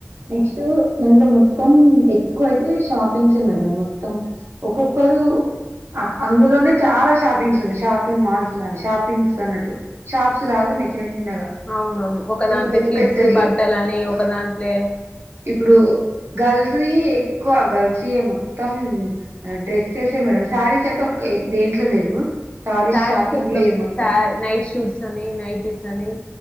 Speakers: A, on the right; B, on the left.
A: నెస్టు దాంట్లో మొత్తం ఎక్కువ అయితే షాపింగ్సే మేడం మొత్తం ఒక్కొక్కరు అక్-అందులోనే చాలా షాపింగ్స్ ఉన్నాయి షాపింగ్ మాల్స్ లాగా షాపింగ్స్ అన్నట్టు షాప్స్ లాగా ఉన్నయ్ చిన్న చిన్నగా
B: అవున ఒక
A: కొన్ని
B: దాంట్లో
A: పెద్ద
B: కిడ్స్
A: పెద్దయి
B: బట్టలని ఒక
A: ఆ
B: దాంట్లే
A: ఇప్పుడు గర్ల్స్ ఈ ఎక్కువ గర్ల్స్య మొత్తం డ్రెస్సెసే మేడం శారీస్ అయితే ఒ దేంట్లో లేవు సారీస్
B: శారీస్
A: షాపింగ్
B: ఉండవు
A: లేదు మొత్తం
B: నైట్ షూట్స్ అని నైటీస్ అని